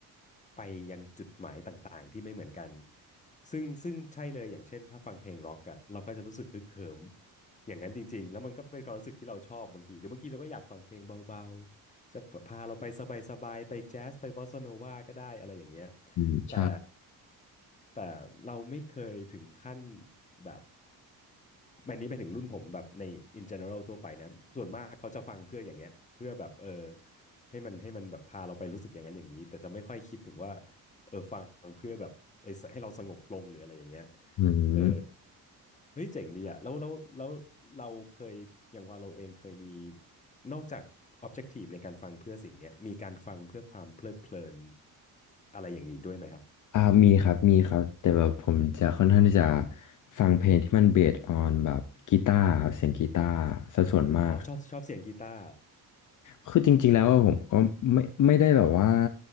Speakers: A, on the left; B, on the left.
A: ไปยังจุดหมายต่างๆที่ไม่เหมือนกันซึ่งซึ่งใช่เลยอย่างเช่นถ้าฟังเพลงร็อกอ่ะเราก็จะรู้สึกฮึกเหิมอย่างนั้นจริงๆแล้วมันก็เป็นความรู้สึกที่เราชอบบางทีหรือบางทีเราก็อยากฟังเพลงเบาๆ จะพาเราไปสบายๆไปแจ๊สไปบอสซาโนวาก็ได้อะไรอย่างเงี้ย
B: อืมใช่
A: แต่แต่เราไม่เคยถึงขั้นแบบแมนนี้ไปถึงรุ่นผมแบบใน in general ทั่วไปนะส่วนมากเขาจะฟังเพื่ออย่างเงี้ยเพื่อแบบเออให้มันให้มันแบบพาเราไปรู้สึกอย่างนั้นอย่างนี้แต่จะไม่ค่อยคิดถึงว่าเออฟังเพื่อแบบเออให้เราสงบลงหรืออะไรอย่างเงี้ย
B: อืม
A: เออเฮ้ยเจ๋งดีอ่ะแล้วแล้วแล้วเราเคยอย่างว่าเราเองเคยมี นอกจาก objective ในการฟังเพื่อสิ่งเนี้ยมีการฟังเพื่อความเพลิดเพลินอะไรอย่างนี้ด้วยไหมครับ
B: อ่ามีครับมีครับแต่แบบผมจะค่อนข้างที่จะฟังเพลงที่มันเบสออนแบบกีตาร์ครับเสียงกีตาร์ซะส่วนมาก
A: อ๋อชอบชอบเสียงกีตาร์
B: คือจริงๆแล้วอะผมก็ไม่ไม่ได้แบบว่า